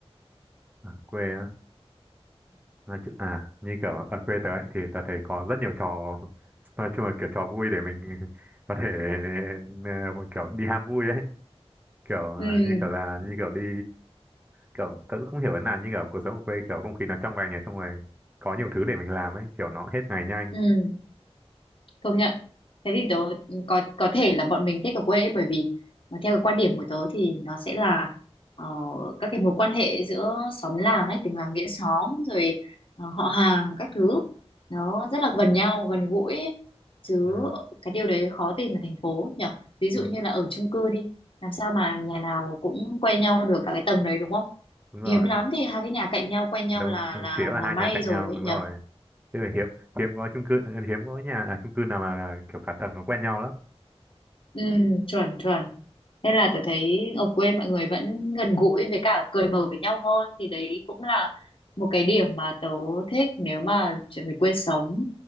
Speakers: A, on the right; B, on the left.
A: Ở quê nói chung à như kiểu ở quê tớ ấy, thì tớ thấy có rất nhiều trò nói chung là kiểu trò vui để mình <laughs> có thể ờ, kiểu đi ham vui ấy kiểu ờ,
B: ừ
A: như kiểu là như kiểu đi kiểu tớ cũng không hiểu thế nào như kiểu cuộc sống ở quê kiểu không khí nó trong lành này xong rồi có nhiều thứ để mình làm ấy kiểu nó hết ngày nhanh
B: ừ công nhận thế thì tớ ừ, có có thể là bọn mình thích ở quê ấy, bởi vì mà theo cái quan điểm của tớ thì nó sẽ là ờ, các cái mối quan hệ giữa xóm làng ấy tình làng nghĩa xóm rồi ờ, họ hàng các thứ nó rất là gần nhau gần gũi ấy. chứ
A: ừ,
B: cái điều đấy khó tìm ở thành phố nhở ví dụ
A: đúng,
B: như là ở chung cư đi làm sao mà nhà nào cũng quen nhau được cả cái tầng đấy đúng không
A: đúng rồi
B: hiếm lắm thì hai cái nhà cạnh nhau quen nhau
A: đâu
B: là là
A: chỉ là
B: là
A: hai
B: may
A: nhà cạnh
B: rồi
A: nhau
B: ấy
A: đúng
B: nhở
A: rồi chứ hiếm hiếm có chung cư hiếm có nhà à, chung cư nào mà kiểu cả tầng nó quen nhau lắm
B: ừ, chuẩn chuẩn nên là tôi thấy ở quê mọi người vẫn gần gũi với cả cười mở với nhau hơn thì đấy cũng là một cái điểm mà tớ thích nếu mà chuyển về quê sống